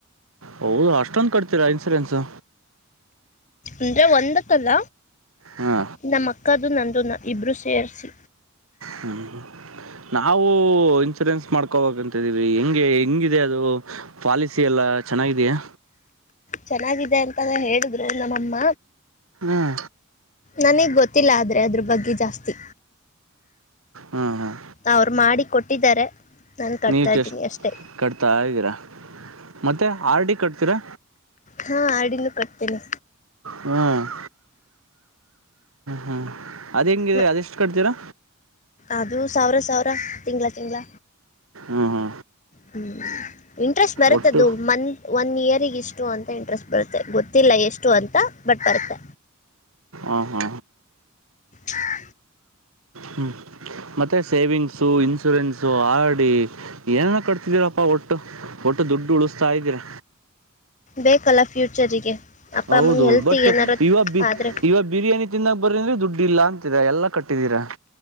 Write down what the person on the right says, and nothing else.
ಹೌದು ಅಷ್ಟೊಂದು ಕಟ್ತೀರಾ ಇನ್ಸೂರೆನ್ಸು
ಹಾ
ಹ್ಮ್ ಹ್ಮ ನಾವವು ಇನ್ಸೂರೆನ್ಸ್ ಮಾಡ್ಕೋಂತಿದೀವಿ ಹೆಂಗೆ ಹೆಂಗಿದೆ ಅದು ಪಾಲಿಸಿ ಎಲ್ಲ ಚೆನ್ನಾಗಿದೆಯಾ
ಹ್ಮ್
ಹಾಂ ಹಾಂ
ನೀವು
ಜಸ್ಟ್
ಕಟ್ತಾ ಇದ್ದೀರಾ ಮತ್ತೆ ಆರ್ ಡಿ ಕಟ್ತೀರಾ
ಹ್ಮ್ ಹ್ಮ್ ಅದ್ ಹೆಂಗೆ
ಅದೆಷ್ಟು ಕಟ್ತೀರಾ
ಹಾ ಹಾ
ಒಟ್ಟು
ಹ ಹಾ
ಹ್ಞೂ ಮತ್ತೆ ಸೇವಿಂಗ್ಸು ಇನ್ಶೂರೆನ್ಸು ಆರ್ ಡಿ ಏನನ ಕಟ್ತಿದೀರಪ್ಪಾ ಒಟ್ಟು ಒಟ್ಟು ದುಡ್ಡು ಉಳಸ್ತಾ ಇದ್ದೀರಾ.
ಹೌದು
ಬಟ್
ಇವಾಗ ಬಿ
ಇವ ಬಿರಿಯಾನಿ ತಿನ್ನಾಕ ಬರೀಂದ್ರೆ ದುಡ್ ಇಲ್ಲ ಅಂತಿರ ಎಲ್ಲಾ ಕಟ್ಟಿದೀರ